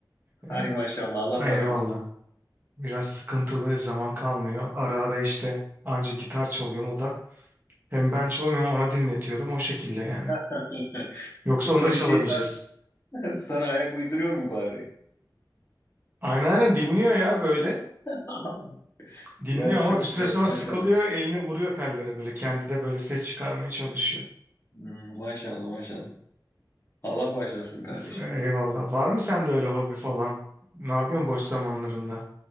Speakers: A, on the right; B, on the left.
A: e,
B: Ay maşallah Allah başlasın.
A: eyvallah. Biraz sıkıntılı zaman kalmıyor. Ara ara işte anca gitar çalıyorum o da. Hem ben çalıyorum hem ona dinletiyorum o şekilde yani.
B: <laughs>
A: Yoksa onu
B: O
A: da
B: şey
A: çalamayacağız.
B: sen, <laughs> sana ayak uyduruyor mu bari?
A: Aynen aynen dinliyor ya böyle.
B: <laughs>
A: Dinliyor
B: Ya
A: ama
B: çok
A: bir süre
B: güzel
A: sonra
B: maşallah.
A: sıkılıyor. Elini vuruyor tellere böyle. Kendi de böyle ses çıkarmaya çalışıyor.
B: Hmm, maşallah maşallah. Allah başlasın kardeşim.
A: F- Eyvallah. Var mı sende öyle hobi falan? Ne yapıyorsun boş zamanlarında?